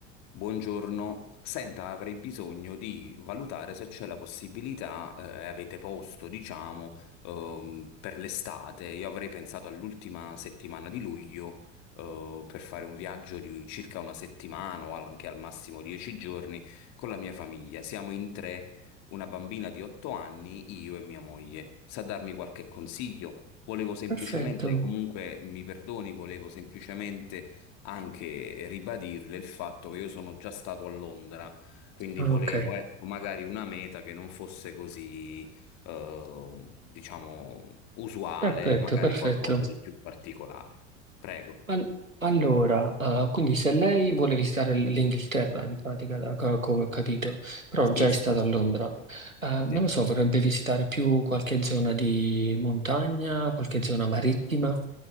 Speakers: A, on the left; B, on the right.
A: Buongiorno, senta, avrei bisogno di valutare se c'è la possibilità, eh, avete posto, diciamo, ehm, per l'estate. Io avrei pensato all'ultima settimana di luglio, eh, per fare un viaggio di circa una settimana o anche al massimo dieci giorni con la mia famiglia. Siamo in tre, una bambina di otto anni, io e mia moglie. Sa darmi qualche consiglio? Volevo semplicemente,
B: Perfetto.
A: comunque mi perdoni, volevo semplicemente anche ribadirle il fatto che io sono già stato a Londra, quindi
B: Ah,
A: volevo,
B: ok.
A: ecco, magari una meta che non fosse così, eh, diciamo, usuale,
B: Perfetto,
A: magari
B: perfetto.
A: qualcosa di più particolare. Prego.
B: Al- allora, ah, quindi se lei vuole visitare l- l'Inghilterra, in pratica, da co- come ho capito, però
A: Sì,
B: già è
A: sì,
B: stata
A: assolutamente.
B: a Londra, ah,
A: Sì.
B: non lo so, vorrebbe visitare più qualche zona di montagna, qualche zona marittima?